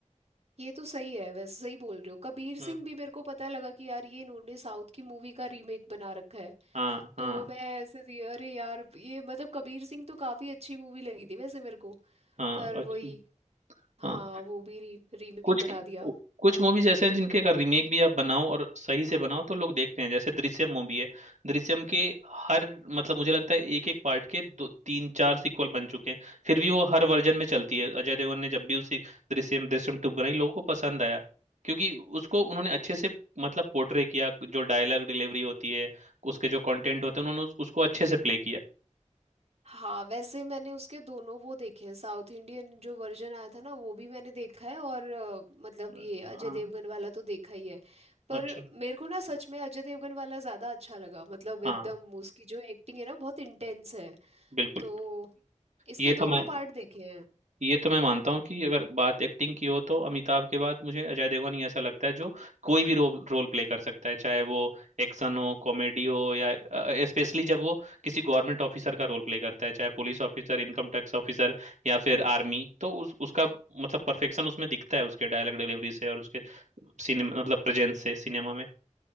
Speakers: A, on the right; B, on the right.
A: ये तो सही है वैसे सही बोल रहे हो कबीर
B: हम्म,
A: सिंह भी मेरे को पता लगा कि यार ये इन्होंने साउथ की मूवी का रीमेक बना रखा है
B: हाँ हाँ
A: तो मैं ऐसे थी अरे यार ये मतलब कबीर सिंह तो काफी अच्छी मूवी लगी थी वैसे मेरे को
B: हाँ
A: पर
B: अच्छा
A: वही
B: हाँ
A: हाँ वो भी री, रीमेक
B: कुछ
A: बना दिया
B: कु- कुछ मूवीज ऐसे हैं जिनके अगर रीमेक भी आप बनाओ और सही से बनाओ तो लोग देखते हैं जैसे दृश्यम मूवी है दृश्यम के हर मतलब मुझे लगता है एक एक पार्ट के दो तीन चार सीक्वल बन चुके हैं फिर भी वो हर वर्जन में चलती है अजय देवगन ने जब भी उसी दृश्यम दृश्यम टू बनाई लोगों को पसंद आया क्योंकि उसको उन्होंने अच्छे से मतलब पोर्ट्रे किया जो डायलॉग डिलीवरी होती है उसके जो कंटेंट होते हैं उन्होंने उस- उसको अच्छे से प्ले किया
A: हाँ वैसे मैंने उसके दोनों वो देखे हैं साउथ इंडियन जो वर्जन आया था ना वो भी मैंने देखा है और अ, मतलब
B: अ,
A: ये अजय देवगन वाला तो देखा ही है पर
B: अच्छा
A: मेरे को ना सच में अजय देवगन वाला ज्यादा अच्छा लगा मतलब
B: हाँ
A: एकदम उसकी जो एक्टिंग है ना बहुत इंटेंस है
B: बिल्कुल
A: तो इसके
B: ये
A: दोनों
B: तो मैं
A: पार्ट देखे हैं
B: ये तो मैं मानता हूँ कि अगर बात एक्टिंग की हो तो अमिताभ के बाद मुझे अजय देवगन ही ऐसा लगता है जो कोई भी रोल रोल प्ले कर सकता है चाहे वो एक्शन हो कॉमेडी हो या स्पेशली जब वो किसी गवर्नमेंट ऑफिसर का रोल प्ले करता है चाहे police officer income tax officer या फिर आर्मी तो उस उसका मतलब परफेक्शन उसमें दिखता है उसके डायलॉग डिलीवरी से और उसके सिनेमा मतलब प्रेजेंस से सिनेमा में